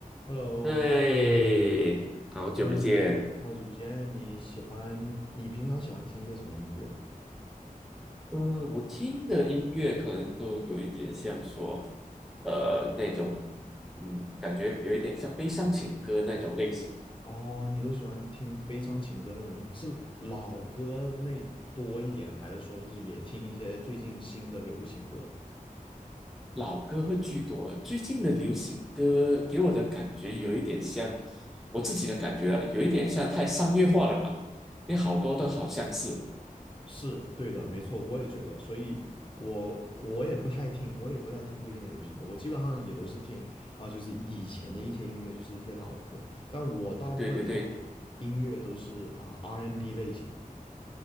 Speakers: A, on the left; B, in the centre.
A: Hello，
B: 哎，好久不见。
A: 嗯，好久不见。你喜欢，你平常喜欢听些什么音乐？
B: 嗯，我听的音乐可能都有一点像说，呃，那种，嗯，感觉有一点像悲伤情歌那种类型，
A: 哦，你都喜欢听悲伤情歌那种音乐，是老歌那多一点，还是说就是也听一些最近新的流行歌？
B: 老歌会居多。最近的流行歌给我的感觉有一点像，我自己的感觉啊，有一点像太商业化了吧？因为好多都好像是，
A: 是对的，没错，我也觉得。所以我，我也不太听，我也不太听最近的流行歌，我基本上也都是听啊、就是以前的一些音乐，就是一些老歌。但我大部分听的音乐都是啊、
B: 对对对。
A: R&B N 类型的。